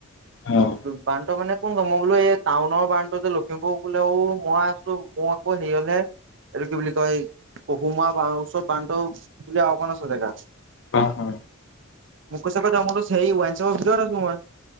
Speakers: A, on the left; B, on the right.
A: অ'।
B: বান্টো মানে কোন মই বোলো এই টাউনৰ বানটো যে লখিমপুৰ বোলেও মই আছোঁ মোৰ আকৌ হেৰিহে এইটো কি বুলি কয় পহুমা ওচৰত বান্ধ বুলি অকণ আছে জেগা।
A: অ', হ'।
B: মোক কৈছ কথা আ মল চ সেই ওৱাইনশ্বপ মই ভিতৰতে সোমোৱা